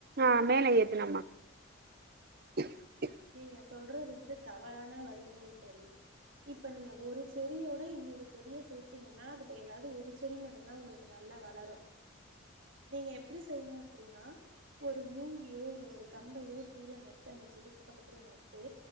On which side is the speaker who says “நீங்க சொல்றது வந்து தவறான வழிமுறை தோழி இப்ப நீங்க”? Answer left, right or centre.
Right